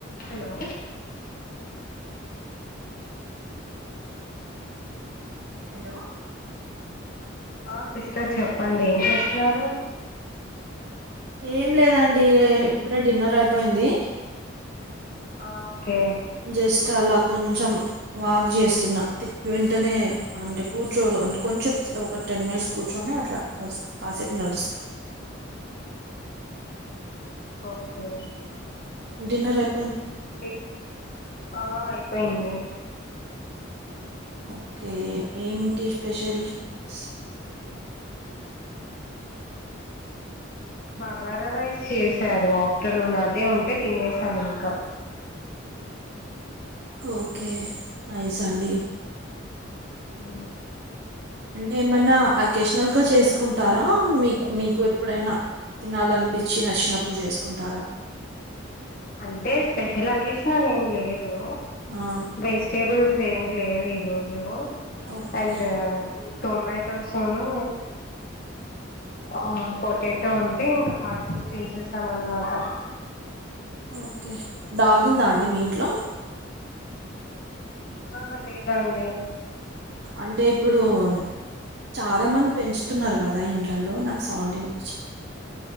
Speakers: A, on the left; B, on the right.
A: హలో
B: హలో
A: ఆ సిస్టర్ చెప్పండి, ఏం చేస్తున్నారు?
B: ఏం లేదండి ఈ ఇప్పుడే డిన్నర్ అయిపోయింది.
A: ఆ ఓకే
B: జస్ట్ అలా కొంచెం వాక్ చేస్తున్నా తి వెంటనే అంటే కూర్చో అంటే కొంచెం సె ఒక టెన్ మినిట్స్ కూర్చొని అట్ల కాసే కాసేప్ నడుస్
A: ఓకే
B: డిన్నర్ అయ్
A: పి ఆ అయిపయింది
B: ఓకే ఏమిటి స్పెషల్ స్
A: బగార రైస్ చేసారు ఆఫ్టర్నూన్, అదే ఉంటే తినేసాం ఇంకా.
B: ఓకే నైస్ అండి
A: ఉ
B: అంటే ఏమన్న అకేషనల్గా చేసుకుంటారా మిక్ మీకు ఎప్పుడైనా తినాలనిపిచి నచ్చినప్పుడు చేసుకుంటార?
A: అంటే స్పెషల్ అకేషన్ అని ఏం లేదు.
B: ఆ
A: వెజిటేబుల్స్ ఏమి లేవు ఈ రోజు.
B: ఓకే
A: అండ్ టొమాటోస్ ను అవున పొటాటో ఉంటే ఇంకా వాటితో చేసేసాం అన్మాట
B: ఓకే డాగుందా అండి మీ ఇంట్లో?
A: ఆహ లేదండి.
B: అంటే ఇప్పుడు అన్ చాలా మంది పెంచుతున్నారు కదా ఇంట్లలో నాకు సౌండ్ ఇన్